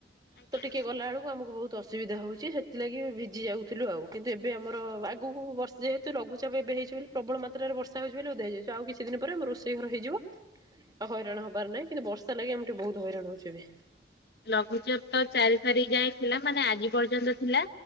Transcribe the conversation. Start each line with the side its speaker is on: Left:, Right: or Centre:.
Left: ଆଜ୍ଞା।
Right: ତ ଟିକେ ଗଲା ବେଳକୁ ଆମକୁ ବହୁତ ଅସୁବିଧା ହୋଉଛି ସେଥିଲାଗି ଭିଜି ଯାଉଥିଲୁ ଆଉ କିନ୍ତୁ ଏବେ ଆମର ଆଗକୁ ବର୍ଷେ ଯେହେତୁ ଲଘୁଚାପ ଏବେ ହେଇଛି ବୋଲି ପ୍ରବଳ ମାତ୍ରାରେ ବର୍ଷା ହେଛି ବୋଲି ଓଦାଯାଇଛି ଆଉ କିଛି ଦିନ ପରେ ଆମ ରୋଷେଇ ସେ ଘର ହେଇଯିବ ଆଉ ହଇରାଣ ହବାର ନାହିଁ। କିନ୍ତୁ ବର୍ଷା ଲାଗି ଆମେ ଟିକେ ବହୁତ ହଇରାଣ ହଉଛ ଏବେ।
Left: ଲଘୁଚେପ ତ ଚାରି ତାରିଖ ଯାଏଁ ଥିଲା ମାନେ ଆଜି ପର୍ଯ୍ୟନ୍ତ ଥିଲା।